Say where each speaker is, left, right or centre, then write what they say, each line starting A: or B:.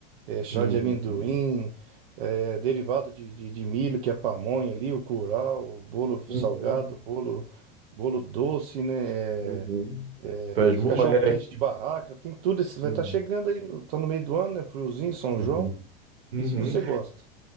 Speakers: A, on the right (about 65°); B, on the right (about 80°).
A: eh, chá
B: Uhum.
A: de amendoim, eh, derivado de, de, de milho, que é a pamonha ali, o curau, o bolo
B: Uhum.
A: salgado, bolo, bolo doce, né?
B: Uhum.
A: eh,
B: Pés moleque.
A: cachorro quente de barraca, tem tudo. Esses, vai
B: Uhum.
A: estar chegando aí, no- tá no meio do ano, né? Friozinho, São
B: Uhum.
A: João.
B: Uhum.
A: E se você gosta?